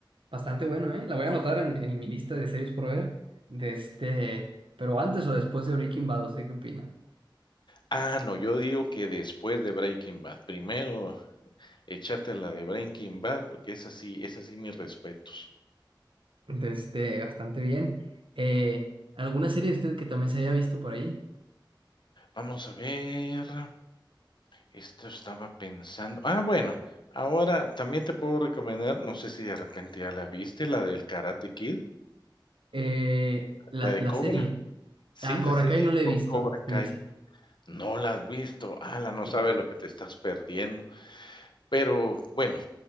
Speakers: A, on the right; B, on the left.
A: bastante bueno, ¿eh? La voy a anotar en, en mi lista de series por ver. De este, pero antes o después de Breaking Bad, ¿usted qué opina?
B: Ah, no, yo digo que después de Breaking Bad, primero échate la de Breaking Bad, porque es así, es así mis respetos.
A: De este, bastante bien. Eh, ¿alguna serie de usted que también se haya visto por ahí?
B: Vamos a ver, esto estaba pensando ah, bueno, ahora también te puedo recomendar, no sé si de repente ya la viste, la del Karate Kid,
A: Eh, la,
B: la de
A: la
B: Cobra,
A: serie.
B: sí,
A: A
B: la
A: Cobra
B: serie
A: Kai no la he
B: Co
A: visto,
B: Cobra
A: fíjese.
B: Kai. No la has visto. Ala, no
A: No.
B: sabes lo que te estás perdiendo. Pero bueno,